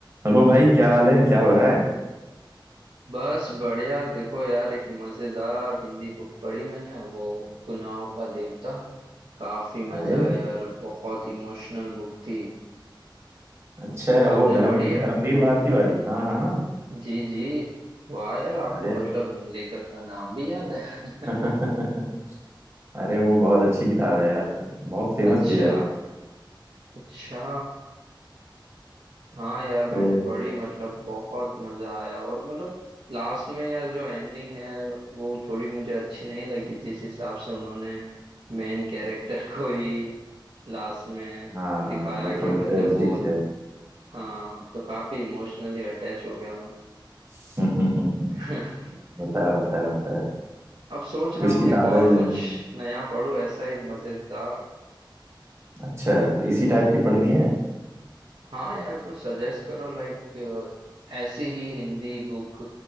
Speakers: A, on the right (about 30°); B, on the right (about 80°).
A: Hello भाई क्या हाल है क्या हो रहा है
B: बस बढ़िया देखो यार एक मजेदार हिंदी बुक पढ़ी मैंने वो गुनाहों का देवता काफी मजा
A: अरे
B: आया यार बहुत इमोशनल बुक थी
A: अच्छा है वो
B: आपने
A: धर्म
B: पढ़ी है
A: धर्मवीर भारती वाली हाँ हाँ हाँ।
B: जी जी वाह यार आपको
A: अरे
B: मतलब लेखक का नाम भी याद है
A: <laughs>
B: <laughs>
A: अरे वो बहुत अच्छी किताब है यार बहुत फेमस
B: अच्छा
A: भी है
B: अच्छा हाँ यार मैंने
A: तो
B: पढ़ी मतलब बहुत मजा आया और मतलब लास्ट में यार जो एंडिंग है वो थोड़ी मुझे अच्छी नहीं लगी जिस हिसाब से उन्होंने मेन कैरेक्टर <laughs> को ही लास्ट में
A: हाँ
B: दिखाया
A: वो
B: कि
A: थोड़ी
B: मतलब
A: ट्रेजिक
B: वो
A: है
B: हाँ तो काफी इमोशनली अटैच हो गया मैं
A: <laughs>
B: <laughs>
A: होता है होता है होता है
B: अब सोच रहा
A: कुछ
B: हूँ
A: किताबें
B: एक और
A: जो
B: कुछ
A: हैं
B: नया पढ़ूँ ऐसा ही मजेदार
A: अच्छा तो इसी टाइप की पढ़नी है
B: हाँ यार कुछ सजेस्ट करो लाइक ऐसी ही हिंदी बुक